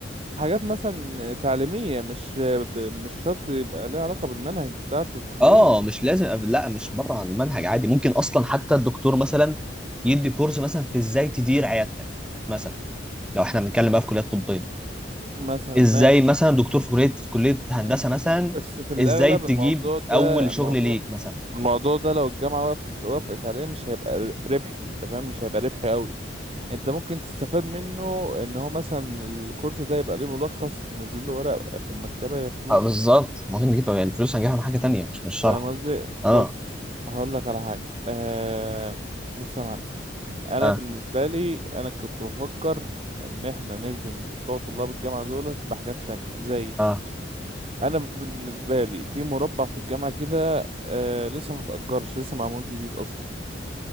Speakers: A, on the right (about 30°); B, in the centre.
A: حاجات مثلا تعليميه مش ب... مش شرط يبقى ليها علاقه بالمنهج بتاعه الكليه
B: اه مش لازم أف- لا مش بره عن المنهج عادي ممكن اصلا حتى الدكتور مثلا يدي كورس مثلا في ازاي تدير عيادتك مثلا لو احنا بنتكلم بقى في كليات طبيه
A: مثلا
B: ازاي
A: ماشي
B: مثلا دكتور في كليه في كليه هندسه مثلا
A: بس في الأغلب
B: ازاي تجيب
A: الموضوع ده
B: اول شغل
A: الموضوع
B: ليك مثلا
A: الموضوع ده لو الجامعة وقفت وافقت عليه مش هيبقى ر- ربحي انت فاهم مش هيبقى ربحي قوي انت ممكن تستفاد منه ان هو مثلا الكورس ده يبقى ليه ملخص تنزل له ورق في المكتبة ياخدوه
B: اه بالظبط ممكن نجيب الفلوس هنجيبها من حاجة تانية مش مش شرح
A: فاهم قصدي
B: اه
A: بص هقول لك على حاجة آه بص يا معلم انا
B: اه
A: بالنسبة لي انا كنت بفكر ان احنا نخدم بتوع طلاب الجامعة دولت بحاجات تانية زي
B: اه
A: انا بالنسبه لي في مربع في الجامعه كده آه لسه ما تأجرش لسه معمول جديد اصلا